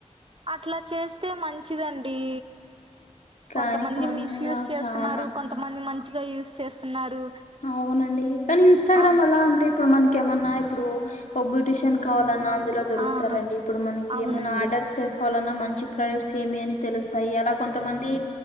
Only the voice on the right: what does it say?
అట్లా చేస్తే మంచిదండీ
కొంతమంది
మిస్ యూస్ చేస్తున్నారు
కొంతమంది మంచిగా యూస్ చేస్తున్నారు
ఆ
ఆ
అవునండి